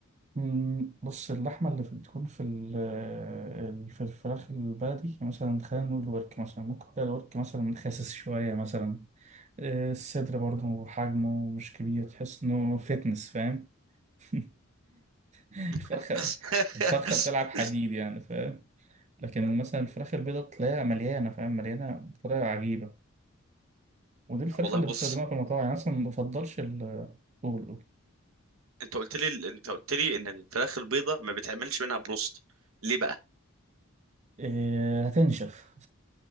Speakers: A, on the right (about 30°); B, on the right (about 70°).
A: مم، بص اللحمه اللي بتكون في ال... ال- في الفراخ البلدي يعني مثلا خلينا نقول الورك مثلا ممكن تلاقي الورك مثلا خاسس شويه مثلا آه، الصدر برضه حجمه مش كبير تحس انه فتنس فاهم <laughs> الفرخة
B: <laughs>
A: الفرخة بتلعب حديد يعني فاهم لكن مثلا الفراخ البيضة تلاقيها مليانة فاهم مليانة بطريقة عجيبة ودي الفراخ
B: والله
A: اللي
B: بص
A: بستخدمها في المطاعم يعني أصلا ما بفضلش ال قول قول
B: انت قلت لي انت قلت لي ان الفراخ البيضه ما بيتعملش منها بروست ليه بقى
A: إيه هتنشف